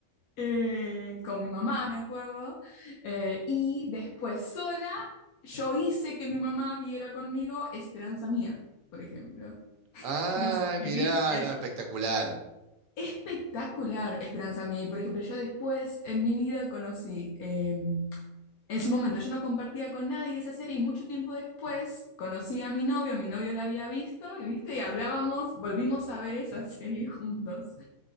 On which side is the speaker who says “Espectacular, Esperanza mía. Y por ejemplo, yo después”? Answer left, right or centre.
Left